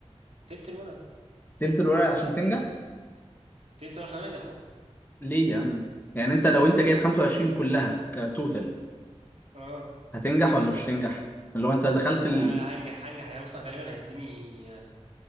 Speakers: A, on the right; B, on the left.
A: تلت الورقة
B: تلت الورقة عشان تنجح
A: تلت الورقة عشان أنجح أهو
B: ليه يا عم يعني انت لو انت جايب 25 كلها كتوتال
A: أه
B: هتنجح ولا مش هتنجح اللي هو انت دخلت
A: لا
B: ال...
A: لا هنجح هنجح يعني مثلا غالبا هيديني